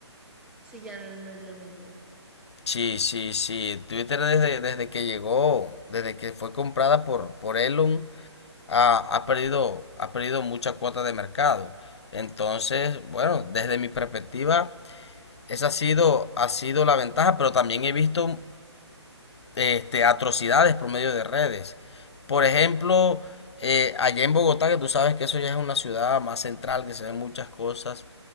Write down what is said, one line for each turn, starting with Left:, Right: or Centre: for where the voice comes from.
Centre: Sí, ya no, no es lo mismo.
Left: Sí, sí, sí. Twitter desde, desde que llegó, desde que fue comprada por, por Elon, ha, ha perdido, ha perdido mucha cuota de mercado. Entonces, bueno, desde mi perspectiva, esa ha sido, ha sido la ventaja, pero también he visto este, atrocidades por medio de redes. Por ejemplo, eh, allá en Bogotá, que tú sabes que eso ya es una ciudad más central, que se ven muchas cosas,